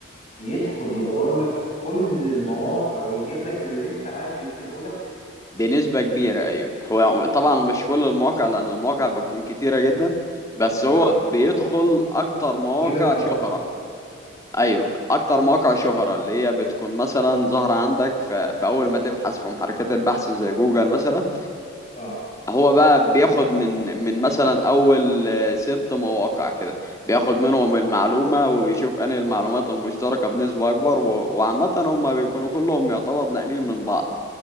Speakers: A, on the left; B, on the left.
A: بيدخل يدور لك في كل المواقع ويجيب لك اللي انت عايزه يكتبه لك
B: بنسبة كبيرة أيوه هو طبعا مش كل المواقع لأن المواقع بتكون كتيرة جدا بس
A: اه
B: هو بيدخل أكتر مواقع
A: يجيب الادق
B: شهرة أيوه أكتر مواقع شهرة اللي هي بتكون مثلا ظاهرة عندك في, في أول ما تبحث في محركات البحث زي جوجل مثلا
A: اه
B: هو بقى بياخد من من مثلا اول آه، ست مواقع كده بياخد منهم المعلومه وبيشوف انهي المعلومات المشتركه بنسبه اكبر و- وعامه هم بيكونوا كلهم يعتبر ناقلين من بعض